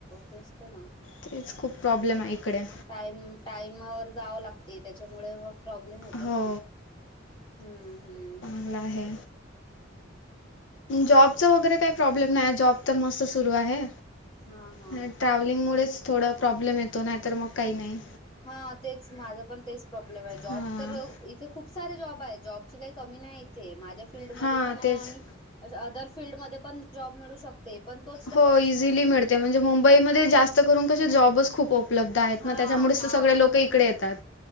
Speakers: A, on the left (about 25°); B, on the left (about 70°).
A: तेस त ना.
B: तेच खूप प्रॉब्लेमाय इकडे.
A: टाईम टाईमावर जावं लागते त्याच्यामुळे मग प्रॉब्लेम होते
B: हो,
A: ना, हं हं.
B: लाहे. जॉबच वगैरे काय प्रॉब्लेम नाय जॉब तर मस्त सुरू आहे.
A: हा हा
B: ट्रॅव्हलिंग मुळेच थोडा प्रॉब्लेम येतो नाही तर मग काई नाई.
A: हा तेच माझा पण तेच प्रॉब्लेमाय जॉब
B: हां.
A: तर इथे खु् खूप सारे जॉबाय जॉबची काय कमी नाय इथे माझ्या फिल्डमध्ये
B: हां
A: पणाय
B: तेच.
A: आणि अछा् अदर फील्ड मध्ये पण जॉब मिळू शक् ते पण तो
B: हो इझिली मिळते म्हणजे मुंबईमध्ये जास्त करून कसं जॉबच खूप ओप् उपलब्ध आयेत
A: हा
B: ना त्याच्यामुळेच
A: हा
B: त सगळे लोक इकडे
A: तेच
B: येतात.